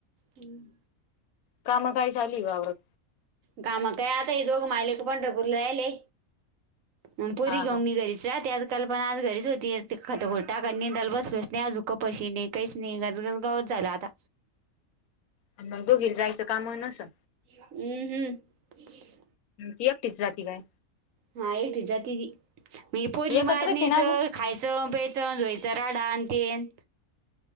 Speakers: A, on the right (about 70°); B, on the left (about 80°).
A: हम्
B: काम काय ली वावरत
A: कामा काय आता हे दोघ मालिक पंढरपूरला जायले आणि पुोरी
B: हा
A: ग
B: का.
A: ममी घरीच रा त्यात कल्पना आज घरीच होती ख घोटा क दल बसल नाही आजुकं पशी नाही काही नाही गज गज गावत झालं आता
B: आणि मग दोघी जायचं काम हो नसं
A: हम्म हम्म
B: ती एकटीच जाती काय?
A: हा एवटे जात मी पोरली
B: एकत्रच
A: महात्मच
B: आहे ना अजून
A: खायचं पेचं ोयचं राडा आणि तीन